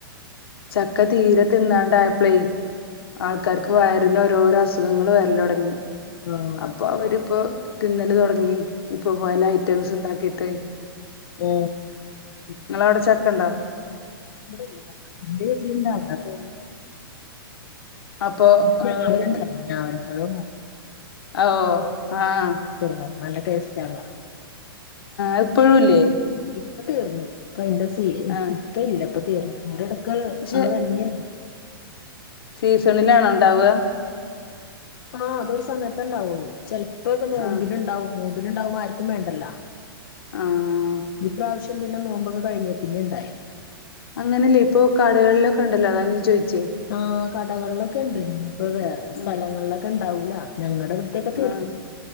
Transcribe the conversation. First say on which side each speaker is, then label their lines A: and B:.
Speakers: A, on the left; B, on the left.
A: ചക്ക തീരെ തിന്നാണ്ടായപ്പളെ ആൾക്കാർക്ക് വയ പിന്നെ ഒരോരോ അസുഖങ്ങള് വരൽ തുടങ്ങി
B: ആഹ്
A: അപ്പൊ അവരിപ്പോ തിന്നല് തുടങ്ങി ഇപ്പൊ പല ഐറ്റംസ് ഉണ്ടാക്കിയിട്ട്
B: മ്
A: നിങ്ങള അവിടെ ചക്ക ഉണ്ടോ
B: ഇവിടെല്ല എന്റെ വീട്ടിലുണ്ടാ അവിടെ പോ
A: അപ്പൊ
B: എക്ക്
A: ആ,
B: രാവല
A: ഇത്-
B: ഉണ്ട <unintelligible> രാവൽപ്പഴ ഉണ്ട
A: ഓ ആഹ
B: കളർ നല്ല ടെസ്റ്റ്‌ ആണല്ലോ
A: ഇതിപ്പഴുല്ലേ
B: ഇപ്പ തീർന്നു ഇപ്പ അതിന്റെ
A: ആഹ്
B: ഇപ്പ ഇല്ല ഇപ്പ തീർന്നു അവട
A: പക്ഷെ
B: അത് തന്നെയ
A: സീസണിലാണോ ഉണ്ടാവുക
B: ആഹ് അതൊരു സമയത്ത ഇണ്ടാവുള്ളു ചിലപ്പോൾ ക്കേ നോമ്പിന്
A: ആഹ്
B: ഉണ്ടാവ നോമ്പിന് ഉണ്ടാകുമ്പോൾ ആർക്കും വേണ്ടല്ലോ
A: ആഹ്
B: ഈ പ്രാവശ്യം പിന്നെ നോമ്പൊക്കെ കഴിഞ്ഞേൽ പിന്നെ ഉണ്ടായത്
A: അങ്ങനെയല്ലേ ഇപ്പൊ കടകളിലൊക്കെ ഉണ്ടല്ലോ അതാ ചോദിച്ചു
B: ആ കടകളിലൊക്കെ ഉണ്ട് ഇപ്പോൾ വേറെ
A: ആഹ്
B: സ്ഥലങ്ങളിൽ ഒന്നും ഉണ്ടായില്ല ഞങ്ങളുടെ ഇവിടത്തേക്ക തീർന്നു
A: ആഹ്